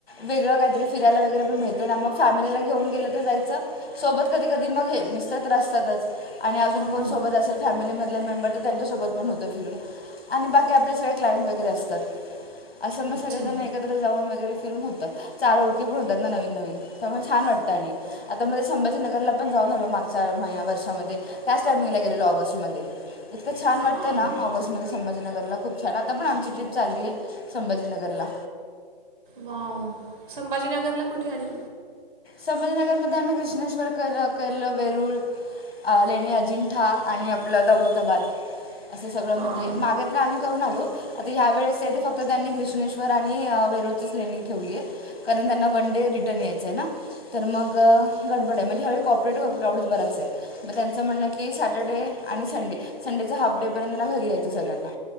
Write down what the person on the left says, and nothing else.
वेगळं काय तरी फिरायला वगैरे पण मिळते ना मग फॅमिलीला घेऊन गेलं जायच सोबत कधी- कधी मग हे मिस्टर तर असतातच. आणि अजून
कोण
सोबत असेल फॅमिलीमधले मेंबर त्यांच्या सोबत पण होत फिरून आणि बाकी आपले सगळे क्लाइंट वगैरे असतात. असं मग
सगळेजण एक एकत्र जाऊन वगैरे फिरून होतं चार ओळखी पण होतात ना नवीन नवीन तर त्यामुळ छान वाटतं आणि आता मध्ये संभाजीनगरला पण जाऊन आलो मागच्या महिन् वर्षामध्ये त्याच टाइमिंगला गेलेलो ऑगस्टमध्ये. इतकं छान वाटतं
ना ऑगस्टमध्ये संभाीनगरला खूप छान आता पण आमची ट्रीप चाललीये संभाजीनगरला.
संभाजीनगरमध्ये आम्ही कृष्णेश्वर केल केलं वेरुळ अ लेणी अजिंठा आणि आपलं दौलताबाद. असं सगळं
म्हणजे मागे तर आम्ही करून आलो आता ह्या वेळेसये ते फक्त त्यांनी कृष्णेश्वर आणि अ वेरुळचीच लेणी ठेवलीय. कारण त्यांना वन डे रिटर्न यायचंय ना. तर मग गडबड आहे म्हणजे ह्यावेळी कॉ-ऑपरेटवं क्राऊड बराच आहे. मग त्यांचं म्हणणं की सॅटरडे आणि संडे संडेच हाफ डे पर्यंत ना घरी यायचं सगळ्यांना.